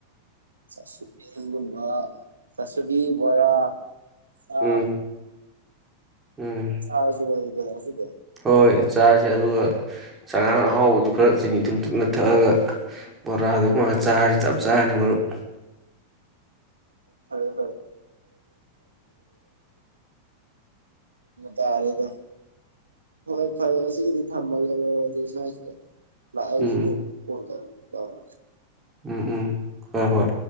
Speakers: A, on the right; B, on the right.
A: ꯆꯠꯁꯤꯒꯕ ꯆꯁꯕꯤ ꯕꯣꯔꯥ ꯑꯥ
B: ꯎꯝ ꯎꯝ
A: ꯁꯨ ꯑ ꯁꯤꯗꯦ
B: ꯍꯣꯏ ꯆꯥꯁ ꯑꯗꯨꯒ ꯆꯉꯥꯡ ꯑꯍꯥꯎꯕꯗꯨ ꯈꯔ ꯆꯤꯅꯤ ꯊꯨꯝ ꯊꯨꯝꯅ ꯊꯛꯑꯒ ꯕꯣꯔꯥꯗꯨꯨꯝꯕꯒ ꯆꯥꯔꯁꯤ ꯆꯞ ꯆꯥꯔꯅꯤ ꯃꯔꯨꯞ
A: ꯄ ꯍꯥꯏ ꯇꯔꯦꯗ ꯍꯣꯏ ꯐꯔꯦꯁꯤꯒꯤꯗꯤ ꯊꯝꯃꯒꯦ ꯑꯣ ꯑꯗꯨꯁꯥꯏꯁꯤ ꯂ ꯑꯩꯁꯨ
B: ꯎꯝ
A: ꯀꯟ ꯀ ꯑ
B: ꯎꯝ ꯎꯝ ꯍꯣꯏ ꯍꯣꯏ